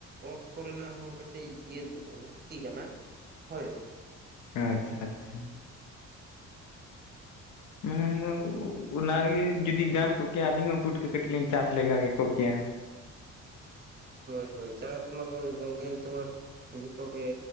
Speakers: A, on the right; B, on the left.
A: ᱚᱛ ᱠᱚ ᱨᱮᱱᱟᱜ ᱦᱚᱸ ᱠᱟᱹᱴᱤᱡ ᱤᱭᱟᱹ ᱞᱟᱹᱠᱛᱤ ᱠᱟᱱᱟ ᱦᱳᱭ
B: ᱟᱪᱪᱷᱟ ᱟᱪᱪᱷᱟ ᱢᱟᱱᱮ ᱟᱫᱚ ᱚᱱᱟ ᱜᱮ ᱡᱩᱫᱤ ᱜᱟᱱ ᱠᱚᱜ ᱠᱮᱭᱟ ᱟᱹᱞᱤᱧ ᱦᱚᱸ ᱯᱩᱴᱠᱟᱹ ᱠᱟᱹᱴᱤᱡ ᱞᱤᱧ ᱪᱟᱥ ᱞᱮᱜᱟ ᱠᱮᱠᱚ ᱠᱮᱭᱟ
A: ᱦᱳᱭ ᱦᱳᱭ ᱪᱟᱥ ᱢᱟ ᱵᱚᱱ ᱜᱚᱢᱠᱮ ᱱᱤᱛᱩᱜ ᱢᱟ ᱡᱚᱛᱚ ᱜᱮ